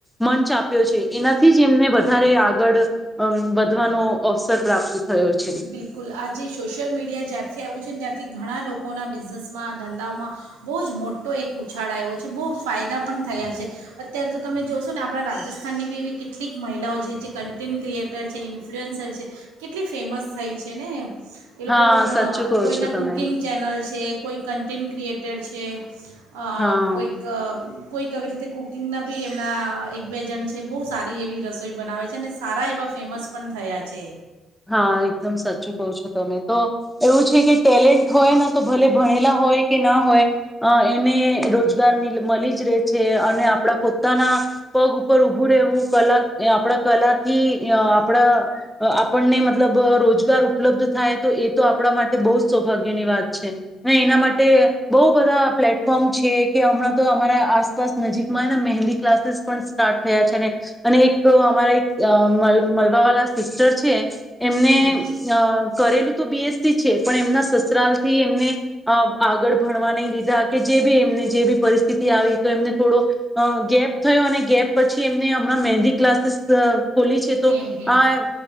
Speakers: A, in the centre; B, on the right.
A: મંચ આપ્યો છે એનાથી જ એમને વધારે આગળ અમ વધવાનો અવસર પ્રાપ્ત થયો છે
B: બિલકુલ આજે સોશિયલ મીડિયા જ્યારથી આવ્યું છે ત તથી ઘણા લોકોના બિઝનેસમાં ધંધાઓમાં બહુ જ મોટો એક ઉછાળ આવ્યો છે બહુ ફાયદા પણ થયા છે અત્યારે તો તમે જોશો ને આપણા રાજસ્થાનની બી એવી કેટલીક મહિલાઓ છે જે કન્ટેન્ટ ક્રિએટર છે ઇન્ફ્લુઅન્સર છે કેટલી ફેમસ થઈ છે ને એ લોકો
A: હા
B: પણ અ
A: સાચું કહો
B: કોઈના
A: છો તમે
B: કુકિંગ ચેનલ છે કોઈ ક ન્ટટેન્ટ ક્રિએટર છે આ
A: હા
B: કોઈક કોઈક કવી રીતે કુકિંગના બી એમના એક બે જણ છે બહુ સારી એવી રસોઈ બનાવે છે અને સારા એવા ફેમસ પણ થયા છે
A: હા એકદમ સાચું કહ છો તમે તો એવું છે કે ટેલેન્ટ હોય ને તો ભલે ભણેલા હોય કે ના હોય અ એને રોજગાર મિ મળી જ રહે છે અને આપણા પોતાના પગ ઉપર ઉભું રહેવું કલા અ આપણા કલાથી અ આપણા આપને મતલબ રોજગાર ઉપલબ્ધ થાય તો એ તો આપણા માટે બહુ જ સૌભાગ્યની વાત છે એના માટે બહુ બધા પ્લેટફોર્મ છે કે હમણાં તો અમારા આસપાસ નજીકમાંને મહેંદી ક્લાસીસ પણ સ્ટાર્ટ થયા છે ને અને એક અમારા એક અ મલ મળલવા વાલા સિસ્ટર છે એમને
B: હમ
A: અ કરેલું તો બીએસસી છે પણ એમના સસરાાલ થી એમને આગળ ભણવા નહી દીધા કે જે બી અ એમને જે બી પરિસ્થિતિ આવી તો એમને થોડો અ ગેપ થયો અને ગેપ પછી એમને હમણાં મહેંદી ક્લાસીસ ખોલી છે તો
B: હમ હમ
A: આ